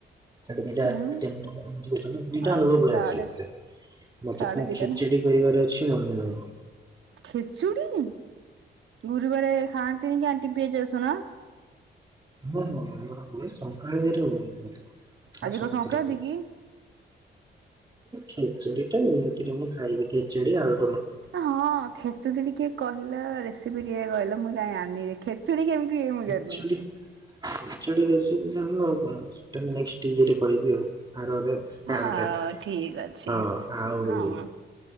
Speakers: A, on the right (about 20°); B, on the right (about 80°).
A: ସାଢେ ଦିଟା
B: ହୁଁ
A: ତିନଟା ଏମତି ହେଇଯିବ ଦିଟା
B: ଆଚ୍ଛା
A: ଅଳୁକୁ ପଳିଆସିବେ
B: ସାଢେ
A: ଦେ ମତେ
B: ସାଢେ
A: ପୁ
B: ଦିଟା
A: ଖିଚିଡି଼ କରିବାର ଅଛି। ଏ ଅନ୍ୟ
B: ଖେଚୁଡ଼ି? ଗୁରୁବାରେ ଖାଆ ନ୍ତିନି କି ଆଣ୍ଟି ପିଆଜ ରସୁଣ?
A: ହଁ ହଁ ଆମର ହୁଏ ସଂକ୍ରାନ୍ତିରେ ହୁଏନି ଖାଲି।
B: ଆଜି
A: ଆଉ ସବୁଥିରେ
B: କଣ ସଂକ୍ରାନ୍ତି
A: ହୁଏ।
B: କି?
A: ଖେଚୁଡି ଟକ ଏମିତିରେ ମୁଁ ଖାଇବି ଖେଚେଡି ଆଉ।
B: ହଁ ହଁ ଖେଚୁୁଡି ଟିକେ କହିଲ ରେସ୍ ଟିକେ କହିଲ ମୁଁ କାଇଁ ଜାଣିନି ଖେଚୁଡ଼ି କେମିତି
A: <unintelligible>
B: ହୁଏ ମୁଁ ଜାଣିନି।
A: ଖେଚୁଡି ରେସିପି ଜାଣିଲେ <unintelligible> ନେଷ୍ଟ ଇରେ କହିବି ଆଉ। ଆରରେ
B: ହଁ
A: ଆରଟାରେ
B: ଠିକ ଅଛି
A: ହଁ ଆଉ
B: ହଁ